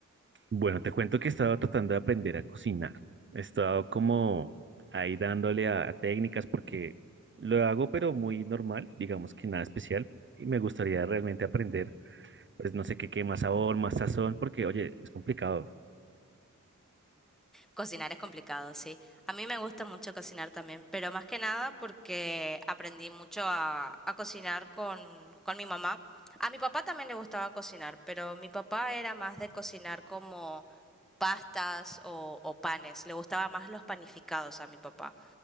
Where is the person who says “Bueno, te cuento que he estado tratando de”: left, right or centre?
Right